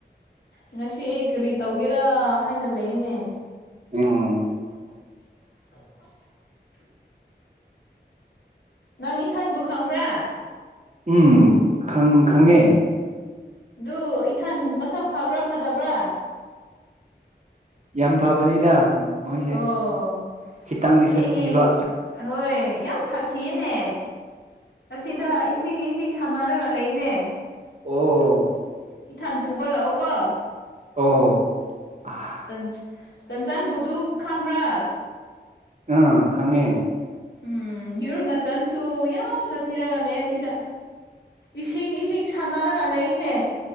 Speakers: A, on the left; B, on the right.
A: ꯉꯁꯤ ꯑꯩ ꯀꯔꯤ ꯇꯧꯒꯦꯔꯥ ꯍꯥꯏꯅ ꯂꯩꯅꯦ
B: ꯎꯝ
A: <inaudible> ꯅꯪ ꯏꯊꯟꯕꯨ ꯈꯪꯕ꯭ꯔꯥ
B: ꯎꯝ ꯈꯪ ꯈꯪꯉꯦ
A: ꯑꯗꯨ ꯏꯊꯟ ꯃꯁꯥ ꯐꯥꯕ꯭ꯔ ꯐꯗꯕ꯭ꯔꯥ
B: ꯌꯥꯝ ꯐꯕꯅꯤꯗ ꯃꯣꯏꯁꯦ
A: ꯑꯣ
B: ꯈꯤꯇꯪꯗꯤ
A: ꯑꯩꯒꯤ
B: ꯁꯥꯊꯤꯕ
A: ꯍꯣꯏ ꯌꯥꯝ ꯁꯥꯊꯤꯌꯦꯅꯦ ꯑꯥꯁꯤꯗ ꯏꯁꯤꯡ ꯏꯁꯤꯡ ꯁꯝꯅꯔꯒ ꯂꯩꯅꯦ
B: ꯑꯣ
A: ꯏꯊꯥꯟ ꯄꯨꯕ ꯂꯥꯛꯑꯣ ꯀꯣ
B: ꯑꯣ ꯑꯥ
A: ꯆꯟ ꯆ ꯆꯥꯟꯕꯨꯗꯨ ꯈꯝ꯭ꯔꯥ
B: ꯑꯥ ꯈꯉꯦ
A: ꯎꯝ ꯌꯔ ꯉꯆꯟꯁꯨ ꯌꯥꯝ ꯁꯥꯊꯤꯔꯒ ꯂꯩ ꯑꯁꯤꯗ ꯏꯁꯤꯡ ꯏꯁꯤꯡ ꯁꯥꯟꯅꯔꯒ ꯂꯩꯅꯦ